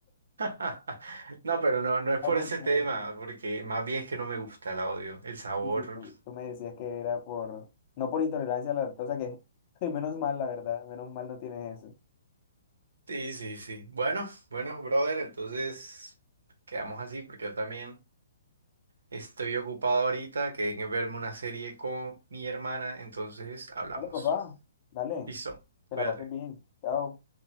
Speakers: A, on the right (about 85°); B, on the left (about 30°).
A: <laughs> No, pero no,
B: <laughs>
A: no es por
B: mucho,
A: ese tema,
B: la verdad.
A: porque más bien es que no me gusta, la odio, el sabor.
B: Sí, sí, tú, tú me decías que era por, no por intolerancia a la lactosa, que <laughs> menos mal, la verdad, menos mal no tienes eso.
A: Sí, sí, sí. Bueno, bueno, brother, entonces quedamos así, porque yo también estoy ocupado ahorita, que en verme una serie con mi hermana, entonces hablamos.
B: Dale, papá, dale,
A: Listo,
B: que
A: cuídate.
B: la pases bien. Chao.